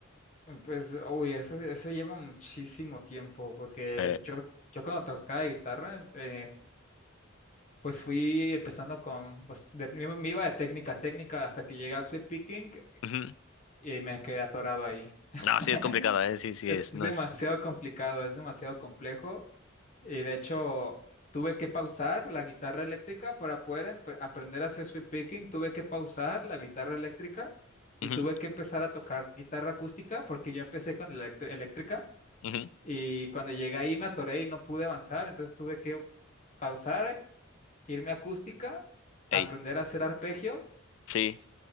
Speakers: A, on the left; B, on the left.
A: Pues, uy, eso, eso lleva muchísimo tiempo, porque
B: Eh,
A: yo, yo cuando tocaba guitarra, eh, pues fui empezando con, pues de- me me iba de técnica a técnica hasta que llegué al sweep picking
B: Ujú.
A: y me quedé atorado ahí. <laughs>
B: No, sí es complicado, eh, sí, sí
A: Es
B: es, no
A: demasiado
B: es.
A: complicado, es demasiado complejo Y de hecho, tuve que pausar la guitarra eléctrica para poder empe- aprender a hacer sweep picking. Tuve que pausar la guitarra eléctrica y
B: Ujú,
A: tuve que empezar a tocar guitarra acústica porque yo empecé con electr- eléctrica
B: ujú.
A: y cuando llegué ahí me atoré y no pude avanzar. Entonces tuve que pausar, irme a acústica, aprender
B: Ey,
A: a hacer arpegios
B: sí.